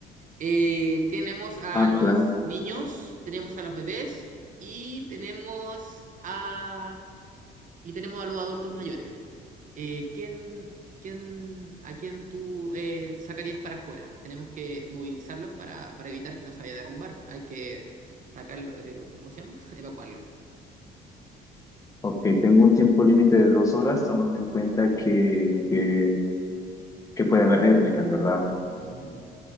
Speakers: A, on the right; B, on the left.
A: Eh, tenemos a
B: Ah,
A: los
B: claro.
A: niños, tenemos a los bebés y tenemos a y tenemos a los adultos mayores. Eh, ¿quién, quién, ¿A quién tú eh, sacarías para afuera? Tenemos que movilizarlos para, para evitar que no se vaya a derrumbar. Hay que sacarlo, eh, ¿cómo se llama? <laughs> Evacuarlo.
B: Ok, tengo un tiempo límite de dos horas, tomando en cuenta que, que, que puede haber réplicas, ¿verdad?
A: Ujú.